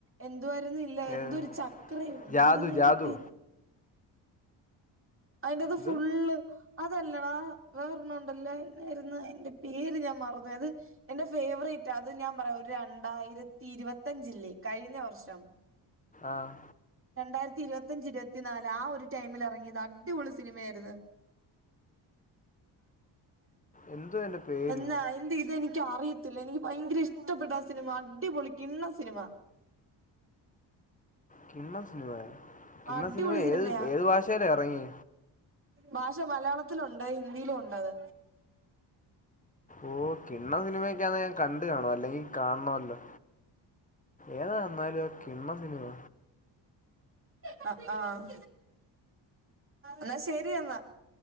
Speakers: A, on the right; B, on the left.
A: എന്തുവാരുന്ന്ം എന്തൊ
B: ഏത്
A: ഒരു ചക്രയൊ എന്തുവരുന്ന്
B: ജാദു
A: അതിന്റെ
B: ജാദു
A: പേര് അതിന്റത്
B: ഇത്
A: ഫുള്ള് അതല്ലടാ വേറൊരണ്ണോണ്ടല്ലേ എന്നാരുന്നു അയ്ന്റെ പേര് ഞാൻ മാറന്ന് പോയ്‌ അത് എന്റെ ഫേവറേറ്റ. അത് ഞാൻ പറയാം. ഒരു രണ്ടായിരത്തി ഇരുപത്തഞ്ചില്ലേ കഴിഞ്ഞ വർഷം
B: ആഹ്
A: രണ്ടായിരത്തി ഇരുപത്തിഞ്ച് ഇരുപത്തിനാല് ആ ഒരു ടൈമിൽ ഇറങ്ങിയതാ അടിപൊളി സിനിമയായിരുന്നു
B: എന്തോ എൻ്റെ പേര്
A: എന്നായി ടീ ഇതെനിക്ക് അറിയത്തില്ല. എനിക്ക് ഭയങ്കര ഇഷ്ടപ്പെട്ട് ആ സിനിമ. അടിപൊളി കിണ്ണം സിനിമ
B: കിണ്ണൻ സിനിമ കിണ്ണൻ
A: അടിപൊളി
B: സിനിമ
A: സിനിമയാ
B: ഏത് ഏത് ഭാഷയിലാണ് ഇറങ്ങി
A: ഭാഷ മലയാളത്തിലുണ്ട് ഹിന്ദിയിലും ഉണ്ടത്
B: ഓഹ് കിണ്ണം സിനിമയൊക്കെ ക്കെയാന്ന്ഞാൻ കണ്ട് കാണും അല്ലെങ്കി കാണണമല്ലോ ഏതായന്നാലുംആഹ് കിണ്ണം സിനിമ
A: ആഹ് ആഹ് ന്നാ ശരി എന്നാ